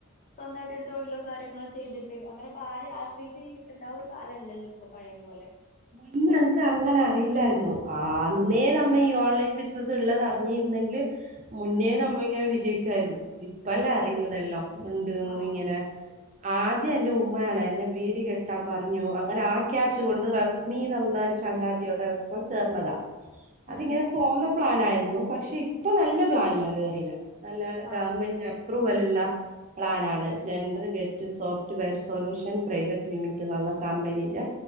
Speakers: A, on the left (about 35°); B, on the right (about 30°).
A: സ്വന്തമായിട്ടരു തൊഴിലോ കാര്യങ്ങളോ ചെയ്തിട്ട് അങ്ങനെയപാരെ ആശ്രയിച്ച് ജീവിക്കേണ്ട ഒരു കാലമല്ലല്ലോ ഇപ്പൊ പഴയ പോലെ
B: മുന്നേ എനക്ക് അങ്ങനെ അറിയില്ലായിരുന്നു. അന്നേ
A: ഉം
B: നമ്മ ഈ ഓൺലൈൻ ബിസിനസ്സ് ഉള്ളത് അറിഞ്ഞിരുന്നെങ്കിൽ മുന്നേ
A: ഉം
B: നമ്മളിങ്ങനെ വിജയിക്കുആ യിരുന്നു. ഇപ്പല്ല
A: അതെ
B: അറിയുന്നതല്ലോ
A: അതെ
B: ഉണ്ട്ന്ന്
A: ആഹ്
B: ഇങ്ങനെ ആദ്യം എന്റെ ഉമ്മയാണ് എന്നെ വീട് കെട്ടാൻ പറഞ്ഞു അങ്ങനെ ആ ക്യാഷ് കൊണ്ട് റ മീ നന്ന ഒരു ചങ്ങാതിയോടെ ഒപ്പം ചേർന്നതാ. അതിങ്ങനെ
A: ഉം
B: പോന്ന പ്ലാനായിരുന്നു. പക്ഷെ ഇപ്പൊ നല്ല പ്ലാനിലാ കേറി നല്ല
A: ആഹ്
B: ഗവൺമെന്റ്അ അപ്രുവലുള്ള പ്ലാനാണ് gender get software solution private limit എന്ന കമ്പനീന്റെ